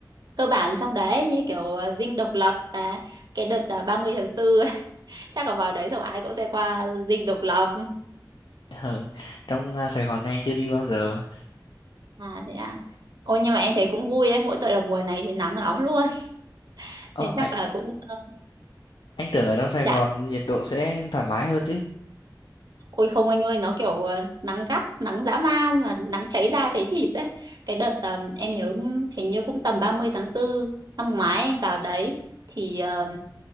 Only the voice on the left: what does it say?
<laughs> Ở trong ờ, Sài Gòn anh chưa đi bao giờ.
Ờ,
anh,
anh tưởng ở trong Sài
Gòn nhiệt độ sẽ thoải mái hơn chứ.